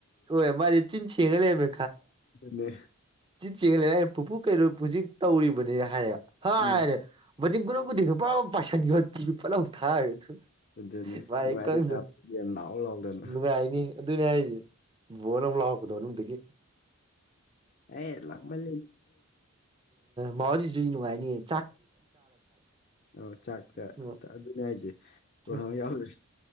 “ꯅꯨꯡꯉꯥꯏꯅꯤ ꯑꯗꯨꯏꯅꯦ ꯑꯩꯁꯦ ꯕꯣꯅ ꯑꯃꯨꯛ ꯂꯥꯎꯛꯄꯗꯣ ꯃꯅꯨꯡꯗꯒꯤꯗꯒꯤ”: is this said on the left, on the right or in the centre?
Right